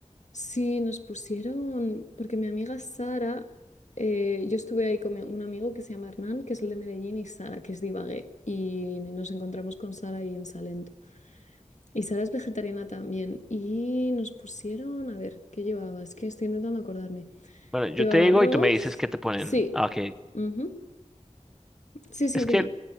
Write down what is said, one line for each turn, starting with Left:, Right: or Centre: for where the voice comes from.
Left: Sí, nos pusieron, porque mi amiga Sara, eh, yo estuve ahí con mi- un amigo que se llama Hernán, que es el de Medellín, y Sara, que es de Ibagué, y nos encontramos con Sara ahí en Salento. Y Sara es vegetariana también, y nos pusieron, a ver, ¿qué llevaba? Es que estoy intentando acordarme.
Centre: Bueno,
Left: ¿Llevaba
Centre: yo te digo
Left: arroz?
Centre: y tú me dices qué te ponen.
Left: Sí.
Centre: Ah, ok.
Left: Ujú. Sí, sí,
Centre: Es
Left: dime.
Centre: que